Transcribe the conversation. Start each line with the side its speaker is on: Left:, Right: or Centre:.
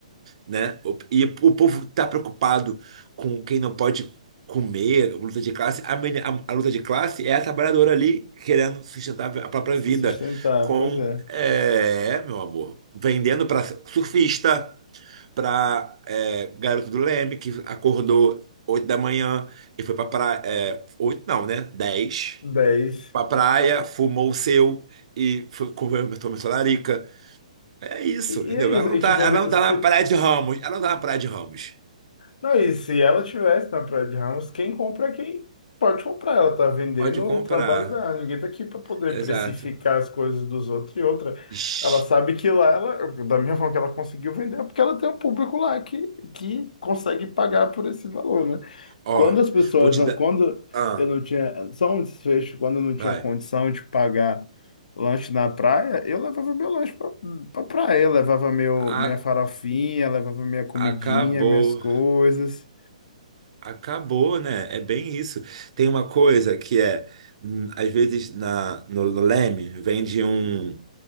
Right: né? O- E o povo tá preocupado com quem não pode comer, luta de classe. A, meni- a- a luta de classe é a trabalhadora ali querendo sustentar a própria
Left: Se
Right: vida
Left: sustentar,
Right: com,
Left: pois é.
Right: é, meu amor, vendendo para surfista, para garoto do Leme que acordou 8 da manhã e foi para praia, é, 8 não, né? dez
Left: dez
Right: pra praia, fumou o seu e foi comer, tomou sua larica. É isso,
Left: E,
Right: entendeu?
Left: e é
Right: Ela
Left: isso.
Right: não
Left: E
Right: tá,
Left: tipo
Right: ela
Left: assim,
Right: não tá
Left: se,
Right: na praia de Ramos. Ela não tá na praia de Ramos.
Left: não, e se ela tivesse na Praia de Ramos, quem compra é quem pode comprar. Ela tá vendendo
Right: Pode comprar.
Left: o trabalho dela. Ninguém tá aqui para poder
Right: Exato.
Left: precificar as coisas dos outros e outra.
Right: Ixi.
Left: Ela sabe que lá, ela, da mesma forma que ela conseguiu vender, é porque ela tem um público lá que, que consegue pagar por esse valor, né?
Right: Ó,
Left: Quando as pessoas
Right: vou te
Left: não,
Right: dar.
Left: quando
Right: Ah,
Left: eu não tinha, só um desfecho, quando eu não
Right: vai.
Left: tinha condição de pagar lanche na praia, eu levava meu lanche pra, pra praia, eu levava meu,
Right: A-
Left: minha farofinha, levava minha comidinha,
Right: acabou.
Left: minhas coisas.
Right: Acabou, né? É bem isso. Tem uma coisa que é, hum, às vezes na, no Leme vende um